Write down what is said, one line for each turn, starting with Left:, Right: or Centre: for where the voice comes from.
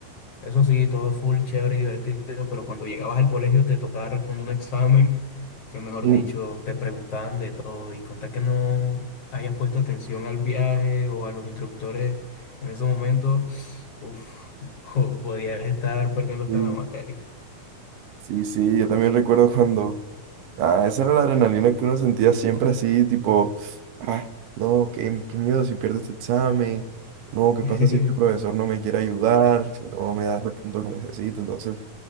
Left: Eso sí, todo full, chévere y divertido, pero cuando llegabas al colegio te tocaba responder un <laughs> examen que, mejor
Right: Mm,
Left: dicho, te preguntaban de todo y contar que no hayas puesto atención al viaje o a los instructores en esos momentos, uff, <laughs> podías estar perdiendo hasta
Right: Sí,
Left: la materia.
Right: sí, sí, yo también recuerdo cuando Ah, esa era la adrenalina que uno sentía siempre así, tipo, ay, no, qué, qué miedo si pierdo este examen, no, qué
Left: <laughs>
Right: pasa si este profesor no me quiere ayudar, si no me da el punto que necesito. Entonces,